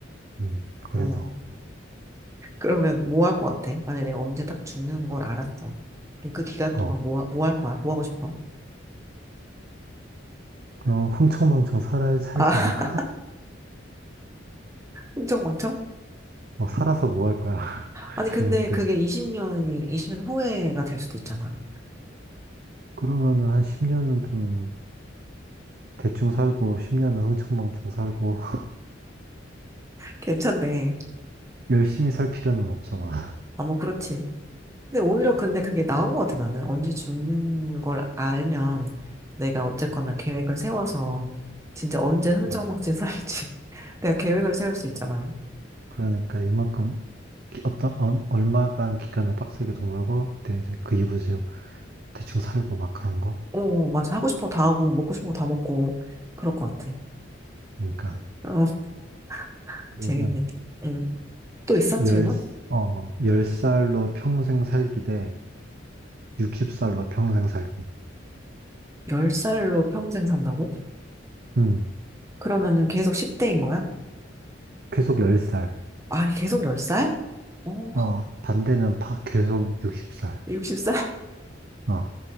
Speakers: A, on the right; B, on the right.
A: 음, 그래서,
B: 응. 그러면 뭐 할 것 같아? 만약에 내가 언제 딱 죽는 걸 알았어. 그럼 그 기간
A: 어,
B: 동안 뭐, 뭐 할 거야? 뭐 하고 싶어?
A: 그냥 흥청망청 살아, 살지
B: 아,
A: 않을까?
B: <laughs> 흥청망청?
A: 어, 살아서 뭐 할 거야? <laughs>
B: 아니,
A: 죽는데.
B: 근데 그게 20년이, 20년 후회가 될 수도 있잖아.
A: 그러면은 한 10년은 좀 대충 살고, 10년은 흥청망청 살고, <laughs>
B: 괜찮네.
A: 열심히 살 필요는 없잖아.
B: 아, 뭐, 그렇지. 근데 오히려 근데 그게 나은 것 같아, 나는. 언제 죽는 걸 알면 내가 어쨌거나 계획을 세워서 진짜 언제 흥청망청
A: 음.
B: 살지. <laughs> 내가 계획을 세울 수 있잖아.
A: 그러니까 이만큼, 기- 어떤, 어, 얼마간 기간을 빡세게 돈 벌고, 그때 이제 그 이후에 대충 살고 막 그런 거.
B: 오, 맞아. 하고 싶은 거 다 하고, 먹고 싶은 거 다 먹고, 그럴 것 같아.
A: 그러니까
B: 어, <laughs>
A: 그러면
B: 재밌네. 응. 또 있어?
A: 열,
B: 질문?
A: 어, 열살로 평생 살기 대 60살로 평생 살기.
B: 10살로 평생 산다고?
A: 음,
B: 그러면은 계속 10대인 거야?
A: 계속 10살.
B: 아, 계속 10살? 오,
A: 어, 반대는 파, 계속 60살.
B: 60살?
A: 어,